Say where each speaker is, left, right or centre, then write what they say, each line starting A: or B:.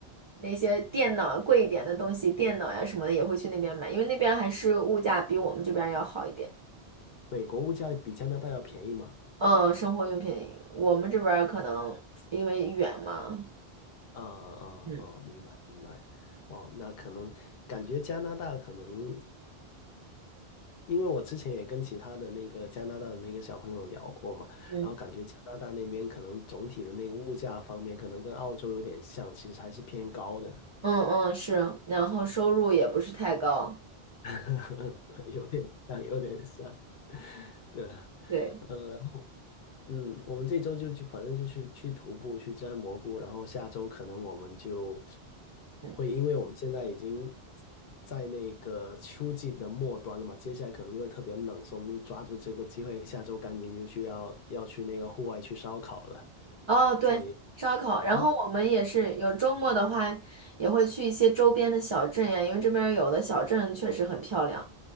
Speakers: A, on the right (about 50°); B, on the left (about 65°).
A: 那些电脑贵一点的东西，电脑呀什么的也会去那边买，因为那边还是物价比我们这边儿要好一点。
B: 美国物价比加拿大要便宜吗？
A: 嗯，生活用品我们这边儿可能因为远嘛。
B: 啊啊啊！
A: 嗯
B: 明白明白。哇，那可能感觉加拿大可能，因为我之前也跟其他的那个加拿大的那个小朋友聊过嘛，
A: 嗯。
B: 然后感觉加拿大那边可能总体的那个物价方面，可能跟澳洲有点像，其实还是偏高的，
A: 嗯嗯是，然后收入也不是太高，
B: <laughs> 有点像，有点像。对，
A: 对，
B: 嗯。嗯，我们这周就去，反正就去去徒步，去摘蘑菇，然后下周可能我们就
A: 嗯，
B: 会，因为我们现在已经在那个秋季的末端了嘛，接下来可能就会特别冷，所以我们就抓住这个机会，下周赶紧就去要要去那个户外去烧烤了。
A: 哦对，
B: 所以，
A: 烧烤，然后我们也是有周末的话，
B: 嗯
A: 也会去一些周边的小镇呀，因为这边儿有的小镇确实很漂亮，